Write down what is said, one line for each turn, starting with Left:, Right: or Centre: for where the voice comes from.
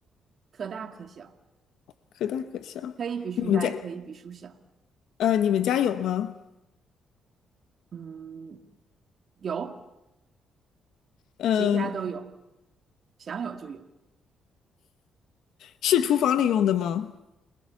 Right: 可大可小，
Left: 可大可小。
Right: 可以比书大，
Left: 你们家
Right: 也可以比书小。
Left: 呃，你们家有吗？
Right: 嗯，有。
Left: 嗯、
Right: 谁家都有，想有就有，
Left: 是厨房里用的吗？